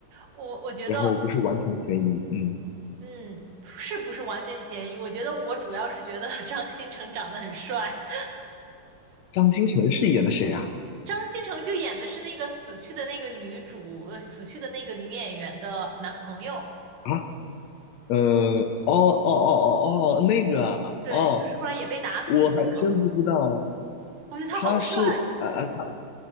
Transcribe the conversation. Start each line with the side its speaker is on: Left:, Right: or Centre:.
Right: 我我觉得，
Left: 然后不是完全悬疑，嗯。
Right: 嗯，是不是完全嫌疑？我觉得我主要是觉得 <laughs> 张新成长得很帅，
Left: 张新成是演的谁啊？
Right: <laughs> 张新成就演的是那个死去的那个女主，呃，死去的那个女演员的男朋友，
Left: 啊，呃，哦哦哦哦哦，那个啊哦，
Right: 对，就是后来也被打死的那个，
Left: 我还真不知道
Right: 我觉得他好帅，
Left: 他是啊啊，他